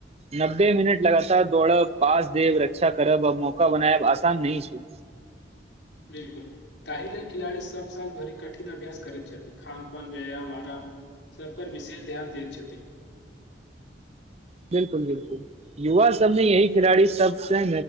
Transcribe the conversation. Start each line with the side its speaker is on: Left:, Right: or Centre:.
Right: नब्बे मिनट लगातार दौड़ब पास देब रक्षा करब अ मौका बनायब आसान नह छै
Left: बिल्कुल ताहि लेल खिलाड़ी सभ साल भरि कठिन अभ्यास करैत छथि खान पान व्यायाम आराम सभ पर विशेष ध्यान दिय छथि
Right: बिल्कुल बिल्कुल युवा सब ने यही खिलाड़ी सबसँ